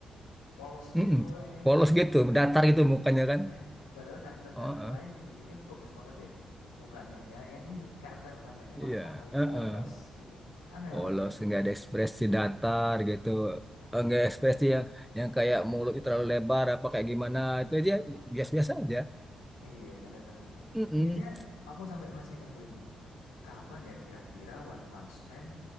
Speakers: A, on the left (about 85°); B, in the centre.
A: polos gitu
B: Mm-mm.
A: mukanya.
B: Polos gitu, datar gitu mukanya kan.
A: Eh, padahal karakter-karakter
B: Oh, ah.
A: lain dibikinnya bagus banget ya mukanya. Ya, yang ini karakter utamanya
B: iya,
A: malah paling
B: Heeh.
A: polos gitu. Aneh
B: Polos
A: banget ini.
B: nggak ada ekspresi datar gitu.
A: Mm.
B: Enggak ekspresi yang yang kayak mulut terlalu lebar apa kayak gimana itu dia biasa-biasa aja.
A: Iya, bener-bener.
B: Mm-mm.
A: Ini aja aku sampai masih nunggu ini. Kapan ya kira-kira One Punch Man